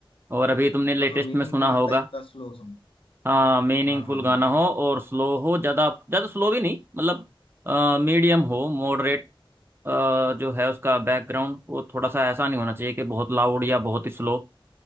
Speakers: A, on the right; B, on the left.
A: और अभी तुमने
B: है
A: लेटेस्ट
B: मतलब मीनिंगफुल
A: में सुना होगा
B: टाइप का स्लो सॉन्ग
A: हाँ मीनिंगफुल
B: हाँ हाँ
A: गाना
B: हाँ
A: हो और स्लो हो ज़्यादा ज़्यादा स्लो भी नहीं मतलब मीडियम हो मॉडरेट जो है उसका बैकग्राउंड वो थोड़ा सा ऐसा नहीं होना चाहिए कि बहुत लाउड या बहुत ही स्लो